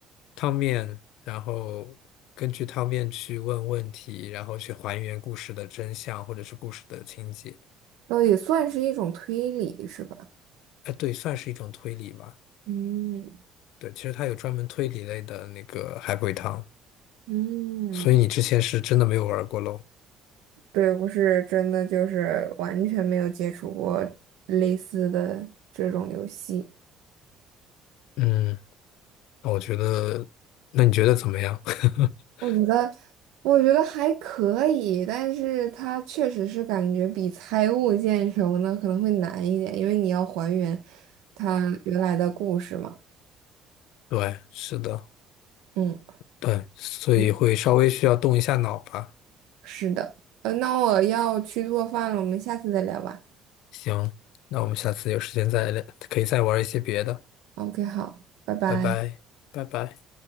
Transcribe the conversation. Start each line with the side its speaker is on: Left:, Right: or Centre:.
Left: 汤面，然后根据汤面去问问题，然后去还原故事的真相或者是故事的情节。
Right: 倒也算是一种推理是吧？
Left: 哎，对，算是一种推理吧。
Right: 嗯
Left: 对，其实它有专门推理类的那个海龟汤，
Right: 嗯，
Left: 所以你之前是真的没有玩过喽。
Right: 对，我是真的就是完全没有接触过类似的这种游戏。
Left: 嗯，那我觉得，那你觉得怎么样？<laughs>
Right: 我觉得，我觉得还可以，但是它确实是感觉比猜物件什么的可能会难一点，因为你要还原它原来的故事嘛。
Left: 对，是的，
Right: 嗯
Left: 对，所以会稍微需要动一下脑吧。
Right: 嗯，是的。呃，那我要去做饭了，我们下次再聊吧。
Left: 行，那我们下次有时间再聊，可以再玩一些别的。
Right: OK，好，拜拜。
Left: 拜拜，拜拜。